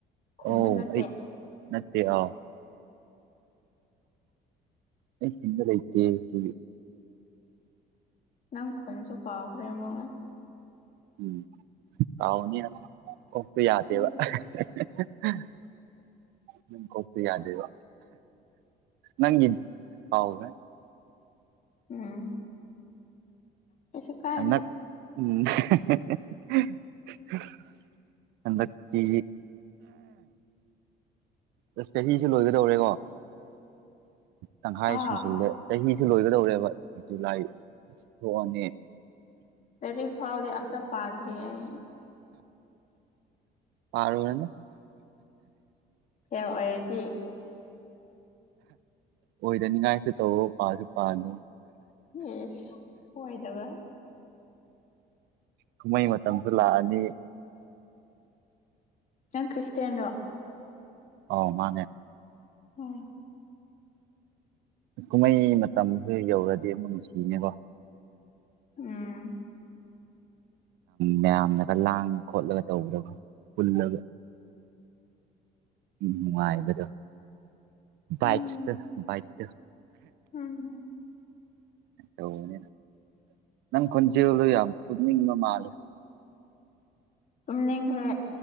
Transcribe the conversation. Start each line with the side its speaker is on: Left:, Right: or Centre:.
Left: ꯈꯨꯟꯗ
Right: ꯑꯣ
Left: ꯅꯠꯇꯦ
Right: ꯑꯩ ꯅꯠꯇꯦ ꯑꯥꯎ ꯑꯩ ꯆꯗꯔꯥꯏꯇꯦ ꯍꯗꯤ
Left: ꯅꯪ ꯈꯟꯁꯨ ꯀꯥꯎꯈ꯭ꯔꯦꯃꯣ
Right: ꯎꯝ ꯑꯅꯤ ꯀꯁꯨ ꯌꯥꯗꯦꯕ
Left: ꯎꯝ
Right: <unintelligible> ꯅꯪ ꯍꯇ ꯌꯥꯗꯦꯕ ꯅꯪ ꯍꯥꯎꯅꯦꯦ
Left: ꯎꯝ ꯄꯁ ꯀꯥꯏ
Right: ꯍꯟꯗꯛ
Left: ꯂꯩ
Right: ꯎꯝ ꯍꯀꯤ ꯑꯁ ꯆꯍꯤꯁꯦ ꯂꯣꯏꯒꯗꯧꯔꯦꯀꯣ ꯇꯪꯈꯥꯏ
Left: ꯍꯥ
Right: ꯁꯨꯁꯤꯗ ꯆꯍꯤꯁꯤ ꯂꯣꯏꯒꯗꯧꯔꯦꯕ ꯖꯨꯂꯥꯏ ꯊꯣꯛꯑꯅꯤ
Left: ꯇꯔꯤꯛ ꯐꯥꯎꯗꯤ ꯑꯝꯇ ꯄꯥꯗ꯭ꯔꯤ ꯑꯩ
Right: ꯄꯔꯒꯅꯦꯅ
Left: ꯐꯦꯜ ꯑꯣꯏꯔꯗꯤ
Right: ꯑꯣꯏꯗꯅꯤꯡꯉꯥꯏꯁꯨ ꯇꯧꯑꯣ ꯄꯥꯁꯨ ꯄꯥ ꯑꯗꯨ
Left: ꯏꯁ ꯑꯣꯏꯗꯕ
Right: ꯀꯨꯝꯍꯩ ꯃꯇꯝꯁꯨ ꯂꯥꯛꯑꯅꯤ
Left: ꯅꯪ ꯈ꯭ꯔꯤꯁꯇꯌꯥꯅꯣ
Right: ꯑꯧ ꯃꯥꯅꯦ
Left: ꯑꯣ
Right: ꯀꯨꯝꯍꯩ ꯃꯇꯝꯁꯨ ꯌꯧꯔꯗꯤ ꯑꯃꯨꯛ ꯅꯨꯡꯁꯤꯅꯦꯀꯣ
Left: ꯎꯝ
Right: ꯃꯌꯥꯝꯅꯒ ꯂꯥꯡ ꯈꯣꯠꯂꯒ ꯇꯧꯕꯗꯕ ꯄꯨꯜꯂꯒ ꯎꯝꯅꯨꯡꯉꯥꯏꯕꯗꯣ
Left: ꯎꯝ
Right: ꯕꯥꯛꯁꯇ ꯏꯛ ꯇ
Left: ꯎꯝ
Right: ꯇꯧꯕꯅꯤꯅ ꯅꯪ ꯈꯨꯣꯟꯖꯦꯜꯗ ꯌꯥꯝ ꯀꯨꯞꯅꯤꯡꯕ ꯃꯥꯜꯂꯦ
Left: ꯁꯃꯤꯅ꯭ꯔꯦ